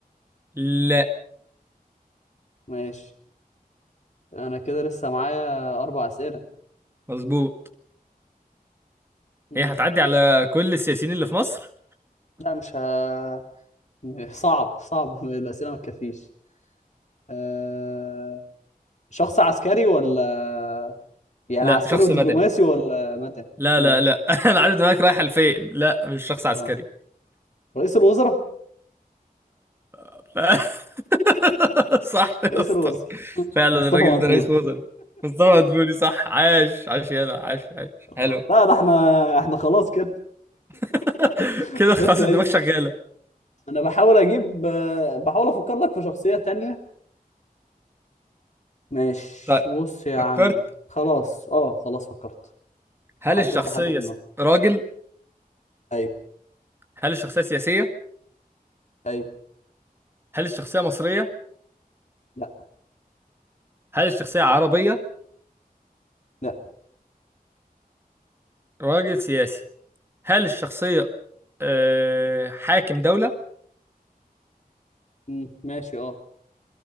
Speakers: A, on the right (about 15°); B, on the left (about 50°).
A: لا
B: ماشي أنا كده لسه معايا أربع أسئلة
A: مظبوط
B: امم
A: ايه هتعدي على كل السياسيين اللي في مصر
B: لا مش ه... <laughs> صعب صعب الأسئلة ما تكفيش آه... شخص عسكري ولا يعني
A: لا
B: عسكري
A: شخص
B: ودبلوماسي
A: مدني
B: ولا مدني
A: لا
B: امم
A: لا لا <laughs> انا عارف دماغك رايحة لفين لا مش شخص عسكري
B: اه رئيس الوزراء
A: <laughs> صح يا
B: رئيس
A: اسطى
B: الوزراء <laughs>
A: فعلا
B: مصطفى
A: الراجل
B: مدبولي
A: ده رئيس وزراء مصطفى مدبولي صح عاش عاش يلا عاش عاش
B: آه.
A: حلو
B: لا ده احنا احنا خلاص كده
A: <laughs>
B: <laughs>
A: كده خلاص
B: بس يعني
A: الدماغ شغالة
B: انا بحاول اجيب آه، بحاول افكر لك في شخصية تانية ماشي
A: طيب
B: بص يا عم
A: فكرت
B: خلاص اه خلاص فكرت
A: هل
B: حددت
A: الشخصية
B: حد في دماغي
A: س- راجل
B: ايوه
A: هل الشخصية سياسية؟
B: ايوه
A: هل الشخصية مصرية؟
B: لا
A: هل الشخصية عربية؟
B: لا
A: راجل سياسي هل الشخصية آه، حاكم دولة؟
B: مم، ماشي اه